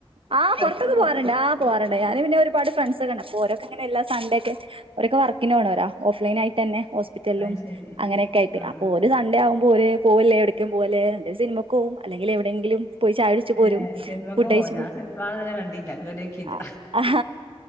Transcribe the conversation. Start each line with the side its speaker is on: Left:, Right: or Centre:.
Right: ആ
Left: പൊറത്ത്
Right: പൊറത്തൊക്കെ
Left: പോ
Right: പോവാറുണ്ട് ആ പോവാറുണ്ട് ഞാന് പിന്നെര്പാട്ള്ള ഫ്രണ്ട്സ് ഒക്കെണ്ട് അപ്പോ ഓരെക്കപ്പം ങ്ങനെ ല്ലാസൺടേക്ക് ഓരൊ ക്കെ വർക്കിന് പോണരാ ഓഫ്ലൈൻ ആയിട്ടന്നെ ഓസ്പിറ്റലും
Left: അത് ശരി
Right: അങ്ങനെക്കെയിട്ട്
Left: ആഹ്
Right: അപ്പോര് സൺഡേ ആ പോലെ പോവല്ലേവിടേക്കുംപോലെ സിനിമക്ക്പോവും അല്ലെങ്കിലെവിടെങ്കിലും പോയി ചായ കുടിച്ചു
Left: ഏ
Right: പോരും
Left: സിനിമക്ക്
Right: ഫുഡയിച്ച്
Left: പോവോ ഞാൻ
Right: പോരും
Left: സിനിമ ഇതുവരെ കണ്ടില്ല കേറിയോക്കിയില്ല
Right: ആ